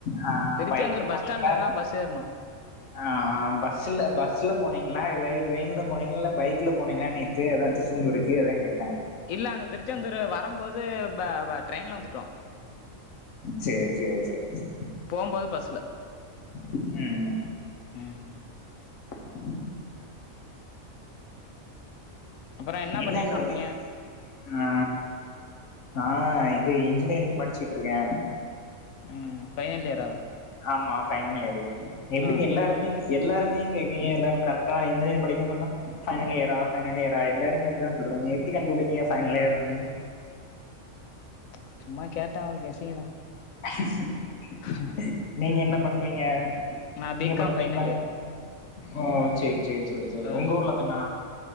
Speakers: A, on the left; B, on the left.
A: ஆ
B: திருச்செந்தூர்
A: பைக்ல போனீங்களா
B: பஸ் ஸ்டாண்ட்ல தான் பஸ் ஏறுனோ
A: ஆ ஆ பஸ்ல பஸ்ல போனீங்களா இல்ல ட்ரெயின்ல போனீங்களா இல்ல பைக்ல போனீங்களான்னு த்து அதா திருச்செந்தூருக்கு அதா கேட்டேன்
B: இல்ல அங்க திருச்செந்தூர் வரம் போது பே பே ட்ரெயின்ல வந்துட்டோ
A: சேரி சேரி சேரி சே
B: போம் போது பஸ்ல
A: ம் ம்
B: ம்
A: <unintelligible>
B: அப்புறோ
A: என்ன
B: பண்ணிட்ருக்கீங்க
A: நோவு ஆ நா ஆ இது இன்ஜினியரிங் படிச்சுட்டு இருக்கே
B: ம் ஃபைனல் இயரா
A: ஆமா ஃபைனல் இயரு எப்டிக்கு
B: ஆ
A: எல்லாருமே எல்லாருமே கேக்கீங்க எல்லாரு கரெக்டா இன்ஜினியர் படிக்க சொன்னா ஃபைனல் இயரா ஃபைனல் இயரா எல்லாருமே எப்படி தான் சொல்றாங்க எப்டி கண்டுபிடிக்கிங்க ஃபைனல் இயர்ரானு
B: ஆ சும்மா கேட்டே ஒரு கெஸ்ஸிங் தா
A: <unintelligible>
B: <unintelligible>
A: நீங்க என்ன பண்றீங்க
B: நா
A: நீங்க
B: பி
A: படிக்கீங்களா
B: காம் ஃபைனல் இயர்
A: ஓ சேரி சேரி சேரி
B: ஆ
A: உங்க ஊர்ல தானா